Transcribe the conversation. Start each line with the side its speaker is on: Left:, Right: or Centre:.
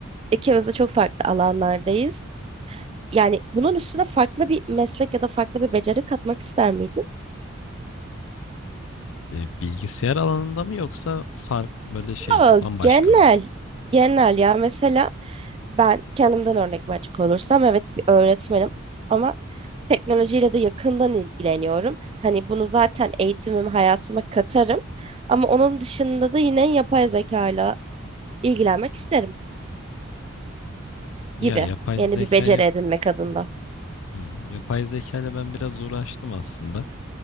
Right: ikimiz de çok farklı alanlardayız. yani bunun üstüne farklı bir meslek ya da farklı bir beceri katmak ister miydin?
Left: E, Bilgisayar alanında mı yoksa fark böyle şey
Right: Yo,
Left: bambaşka
Right: genel
Left: mı?
Right: genel ya mesela ben kendimden örnek verecek olursam evet bir öğretmenim ama teknolojiyle de yakından ilgileniyorum. Hani bunu zaten eğitimim hayatıma katarım ama onun dışında da yine yapay zeka ile ilgilenmek isterim
Left: Ya
Right: gibi
Left: yapay
Right: yeni
Left: zekaya
Right: bir beceri edinmek adında.
Left: hı, yapay zekayla ben biraz uğraştım aslında.